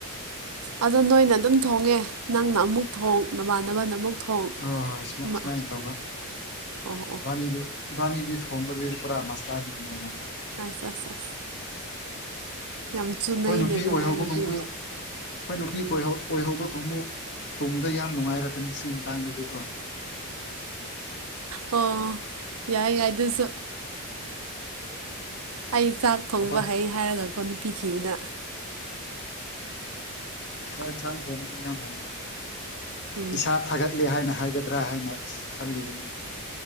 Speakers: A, on the right (about 80°); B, on the left (about 55°).
A: ꯑꯗꯣ ꯅꯣꯏꯅ ꯑꯗꯨꯝ ꯊꯣꯡꯉꯦ ꯅꯪꯅ ꯑꯃꯨꯛ ꯊꯣꯡ ꯅꯃꯥꯟꯅꯕꯅ ꯑꯃꯨꯛ ꯊꯣꯡ
B: ꯍꯣꯏ ꯍꯣꯏ ꯁꯨꯃꯥꯏ
A: ꯃꯥ
B: ꯁꯨꯃꯥꯏꯅ ꯇꯧꯕ
A: ꯑꯣ ꯑꯣ
B: ꯏꯕꯥꯅꯤꯗꯤ ꯏꯕꯥꯅꯤꯗꯤ ꯊꯣꯡꯕꯗꯗꯤ ꯄꯨꯔꯥ ꯃꯥꯁꯇꯔꯅꯤ ꯀꯩꯅꯣ
A: ꯑꯁ ꯑꯁ ꯑꯁ ꯌꯥꯝ ꯆꯨꯅꯩꯅꯦ
B: ꯑꯩꯈꯣꯏ ꯅꯨꯄꯤ
A: ꯑꯗꯨ
B: ꯑꯣꯏꯍꯧꯕ
A: ꯍꯥꯏꯔꯗꯤ
B: ꯀꯥꯡꯕꯨ ꯑꯈꯣꯏ ꯅꯨꯄꯤ ꯑꯣꯏꯍꯧꯗꯧ ꯀꯥꯡꯕꯨ ꯇꯨꯡꯗ ꯌꯥꯝ ꯅꯨꯡꯉꯥꯏꯔꯛꯀꯅꯤ ꯁꯤꯒꯤ ꯃꯇꯥꯡꯗꯗꯤꯀꯣ
A: ꯑꯣ ꯌꯥꯏ ꯌꯥꯏ ꯑꯗꯨꯁꯨ ꯑꯩ ꯆꯥꯛ ꯊꯣꯡꯕ
B: ꯊꯕꯛ
A: ꯍꯩ ꯍꯥꯏꯔꯒꯀꯣ ꯅꯨꯄꯤ ꯊꯤꯕꯅ
B: ꯆꯥꯛ ꯏꯟꯁꯥꯟ ꯊꯣꯡꯕꯗꯤ ꯌꯥꯝ ꯍꯩꯗ
A: ꯎꯝ
B: ꯏꯁꯥ ꯊꯥꯒꯠꯂꯦ ꯍꯥꯏꯅ ꯍꯥꯏꯒꯗ꯭ꯔꯥ ꯍꯥꯏꯅ ꯈꯜꯂꯤꯕꯅꯤꯅꯦ